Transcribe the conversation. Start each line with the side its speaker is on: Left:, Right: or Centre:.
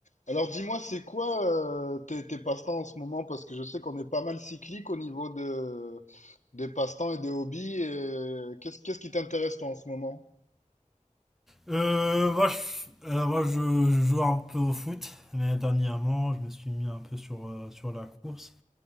Left: Alors dis-moi, c'est quoi euh, tes, tes passe-temps en ce moment? Parce que je sais qu'on est pas mal cyclique au niveau de, des passe-temps et des hobbies. Et euh, qu'est-ce, qu'est-ce qui t'intéresse toi en ce moment?
Centre: Euh, moi, je, euh, moi je, je joue un peu au foot, mais dernièrement, je me suis mis un peu sur, euh, sur la course.